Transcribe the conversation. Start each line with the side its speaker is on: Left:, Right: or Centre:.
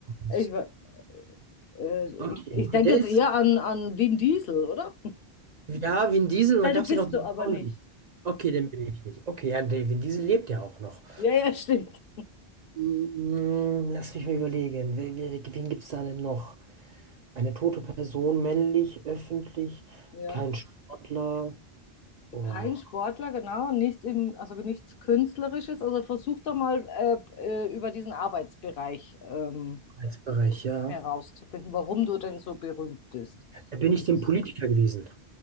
Right: ist.
Left: Ich, wa- äh,
Right: Okay,
Left: ich, ich denke
Right: ja, der
Left: jetzt
Right: ist,
Left: eher an, an Vin Diesel, oder?
Right: ja, Vin Diesel, und
Left: Nein,
Right: dann gab
Left: du bist
Right: es ja noch diesen
Left: du aber
Right: Blonden.
Left: nicht.
Right: Okay, den bin ich nicht. Okay, ja, der Vin Diesel lebt ja auch noch.
Left: Ja, ja, stimmt.
Right: Mm, Lass mich mal überlegen, wen, wen gibt es da denn noch? Eine tote Person, männlich, öffentlich,
Left: Ja.
Right: kein Sportler. Oh,
Left: Kein Sportler, genau, nicht im, also nichts Künstlerisches. Also versuch doch mal äh, äh, über diesen Arbeitsbereich ähm,
Right: Arbeitsbereich, ja.
Left: herauszufinden, warum du denn so berühmt bist.
Right: Da bin ich
Left: Also,
Right: dem
Left: es-
Right: Politiker gewesen.